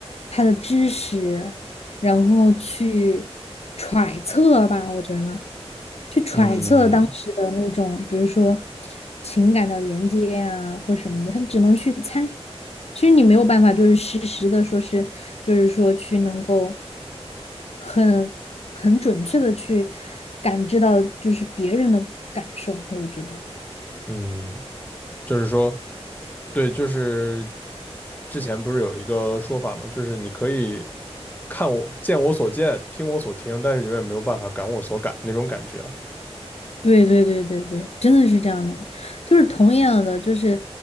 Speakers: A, on the left; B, on the left.
A: 他的知识，然后去揣测吧，我觉得。去揣测当时的那种，
B: 嗯
A: 比如说情感的连接啊，或什么的，他只能去猜。其实你没有办法，就是实时的说是，就是说去能够很很准确的去感知到，就是别人的感受。我觉得，
B: 嗯，就是说，对，就是之前不是有一个说法嘛，就是你可以看我见我所见，听我所听，但是永远没有办法感我所感那种感觉啊，
A: 对对对对对，真的是这样的。就是同样的，就是